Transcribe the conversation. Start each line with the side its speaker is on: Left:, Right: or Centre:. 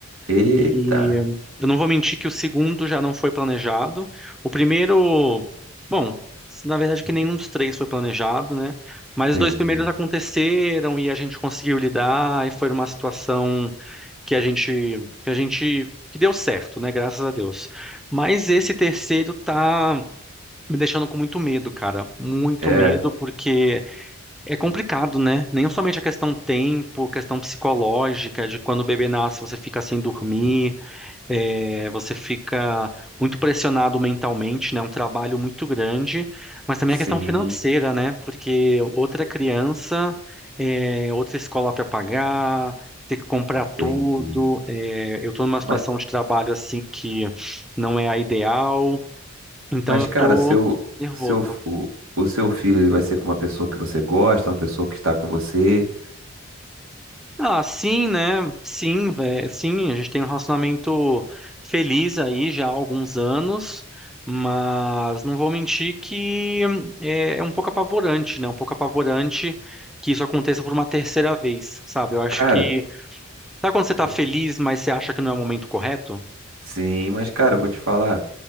Right: Eita,
Centre: E eh, eu não vou mentir que o segundo já não foi planejado. O primeiro, bom, na verdade que nenhum dos três foi planejado, né? Mas
Right: entendi.
Centre: os dois primeiros aconteceram e a gente conseguiu lidar e foi uma situação que a gente que a gente que deu certo, né? Graças a Deus. Mas esse terceiro tá me deixando com muito medo, cara. Muito
Right: É,
Centre: medo porque é complicado, né? Nem somente a questão tempo, questão psicológica de quando o bebê nasce, você fica sem dormir. É, você fica muito pressionado mentalmente, né? É Um trabalho muito grande, mas também
Right: sim,
Centre: a questão financeira, né? Porque outra criança, é, outra escola para pagar, ter que comprar
Right: entendi.
Centre: tudo. É, eu estou numa
Right: Mas,
Centre: situação de trabalho assim que não é a ideal, então
Right: mas
Centre: eu estou
Right: cara, seu,
Centre: nervoso.
Right: seu, o, o seu filho ele vai ser com uma pessoa que você gosta, uma pessoa que está com você.
Centre: Ah, sim, né? Sim, velho. Sim, a gente tem um relacionamento feliz aí já há alguns anos, mas não vou mentir que hum, é, é um pouco apavorante, né? Um pouco apavorante que isso aconteça por uma terceira vez, sabe? Eu acho
Right: Cara,
Centre: que. Sabe quando você tá
Right: eu-
Centre: feliz, mas você acha que não é o momento correto?
Right: sim, mas, cara, eu vou te falar,